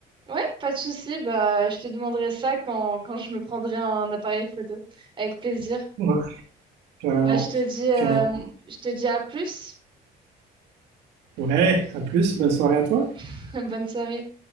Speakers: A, on the right (about 30°); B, on the right (about 85°).
A: Ouais, pas de souci. Bah, je te demanderai ça quand, quand je me prendrai un appareil photo. Avec plaisir.
B: Ouais, carrément.
A: Bah, je te dis, euh,
B: Carrément.
A: je te dis à plus.
B: Ouais, à plus, bonne soirée à toi.
A: <laughs> Bonne soirée.